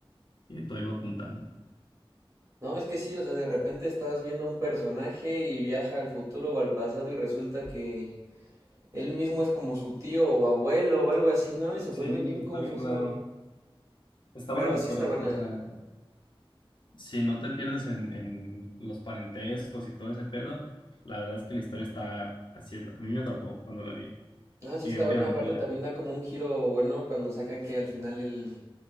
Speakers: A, on the left; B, on the right.
A: y todo iba apuntando.
B: No, es que sí, o sea, de repente estás viendo un personaje y viaja al futuro o al pasado y resulta que él mismo es como su tío o abuelo o algo así, ¿no? Y se vuelve
A: Sí,
B: bien
A: está
B: confuso.
A: bien raro. Está
B: Pero
A: buena la historia,
B: sí está buena.
A: o sea, Si no te pierdes en, en los parentescos y todo ese pedo, la verdad es que la historia está así, es- a mí me atrapó cuando la vi.
B: Ah, sí
A: Y
B: está
A: últimamente
B: bueno. Aparte
A: la,
B: también da como un giro bueno cuando sacan que al final el,